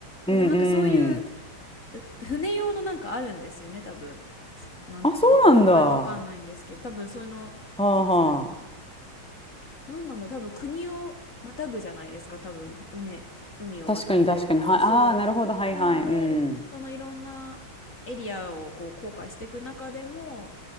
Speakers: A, in the centre; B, on the left.
A: うん
B: で、でもなんかそういう
A: うん。
B: う船用のなんかあるんですよね、多分。すなん、
A: あ、そうなんだ。
B: なんか名前わかんないんですけど、
A: は
B: 多分その普通
A: あはあ。
B: なんなんだ、多分国をまたぐじゃないですか、多分、うね、海を渡ってると。
A: 確かに確かに。はい。
B: そ
A: ああ、なるほど。はいはい。
B: う。なんで、
A: うん。
B: そのいろんなエリアをこう航海していく中でも、